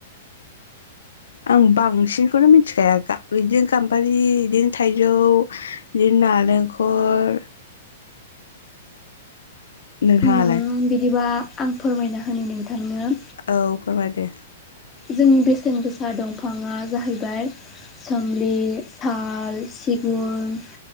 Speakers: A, on the left; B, on the left.
A: आं बांसिनखौनो मिथिखाया बिदिनो गाम्बारि बिदिनो थाइजौ बिदिनो नारेंखर नोंथाङालाय
B: उम बिदिबा आं फोरमायना होनो नोंथांनो
A: औ फोरमायदो
B: जोंनि बेसेन गोसा दंफाङा जाहैबाय सोमलि साल सिगुन